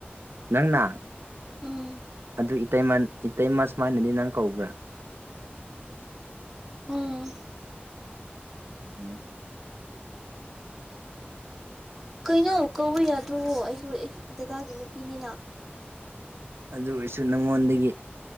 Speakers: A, on the right; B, in the centre.
A: ꯅꯪꯅ
B: ꯎꯝ
A: ꯑꯗꯨ ꯏꯇꯩꯃ ꯏꯇꯩꯃ ꯁꯨꯃꯥꯏꯅꯗꯤ ꯅꯪ ꯀꯧꯕ꯭ꯔꯥ
B: ꯎꯝ
A: ꯎꯝ
B: ꯀꯩꯅꯣ ꯀꯧꯕ ꯌꯥꯗ꯭ꯔꯣꯕꯣ ꯑꯩꯁꯨ ꯑꯩꯒꯤ ꯗꯗꯥꯒꯤ ꯅꯨꯄꯤꯅꯤꯅ
A: ꯑꯗꯨ ꯑꯣꯏꯔꯁꯨ ꯅꯉꯣꯟꯗꯒꯤ